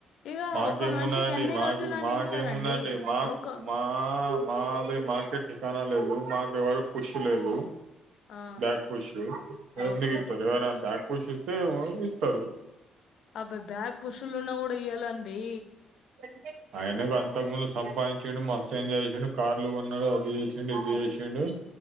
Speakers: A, on the left; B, on the right.
A: ఇక
B: మాకేమున్నాయ్
A: ఒక మనిషికి
B: అండి
A: ఎన్ని
B: మాకు
A: రోజులని
B: మాకేమున్నా
A: ఇస్తారండి
B: అండి మాకు
A: ఒక
B: మా మాది మాకే ఠికాన లేదు మాకెవరు ఇప్పిస్తా లేదు
A: ఆ
B: బ్యాక్ పుష్ ఎందుకిత్తరు
A: ఓకే ఓకే
B: ఎవరు అయినా బ్యాక్ పుష్ ఇస్తే ఇతరు
A: అబ్బ బ్యాగ్ పుషులు ఉన్నా కూడ ఇయ్యాలండి.
B: <inaudible> ఆయనకు అంతకు ముందు సంపాదించిండు మస్తు ఎంజాయ్ చేసిండు. కార్లు కొన్నాడు అది చేసిండు ఇది చేసిండు